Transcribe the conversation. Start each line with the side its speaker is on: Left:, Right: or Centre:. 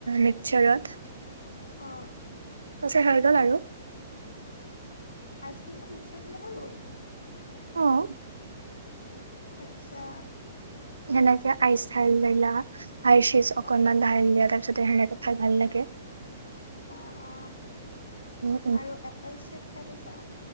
Right: মিক্সাৰত
Left: অ
Right: তাৰপাছত হৈ গল আৰু
Left: আইচক্ৰিমটো মিক্সাৰ দিলে হৈ গ'ল।
Right: আহ
Left: আচ্ছা
Right: হেনেকে আইচ খাই ললে আইষ অকমান
Left: অ
Right: ঢালি ললে তাৰ পিছতে সনেকে খাই ভাল লাগে।
Left: অ অ
Right: উম
Left: আৰু এপেল চেক খাই পাইছা?